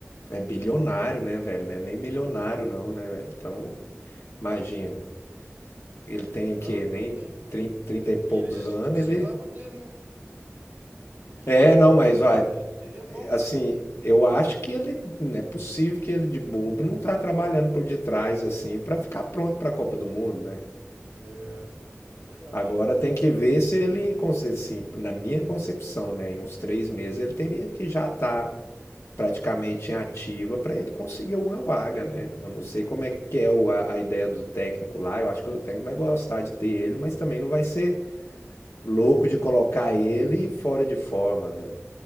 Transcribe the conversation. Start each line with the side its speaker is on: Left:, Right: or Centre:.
Left: É bilionário, né, velho? Não é nem milionário não, né, velho? Então, imagina. Ele tem
Right: O cara
Left: que
Right: não
Left: nem
Right: tá nem aí.
Left: 30 30 e poucos
Right: E ele, a gente
Left: anos,
Right: precisava
Left: ele
Right: dele, né? Porque
Left: É,
Right: para a Copa
Left: não, mas
Right: do Mundo
Left: vai,
Right: aí ele seria bom,
Left: Assim,
Right: cara.
Left: eu acho que ele, não é possível que ele de bobo não tá trabalhando por detrás assim para ficar pronto para a Copa do Mundo, né?
Right: É, verdade.
Left: Agora tem que ver se ele, conse- assim, na minha concepção, né, em uns três meses ele teria que já estar praticamente em ativa para ele conseguir alguma vaga, né? Eu não sei como é que é o- a, a ideia do técnico lá. Eu acho que o técnico vai gostar de ter ele, mas também não vai ser louco de colocar ele fora de forma, né?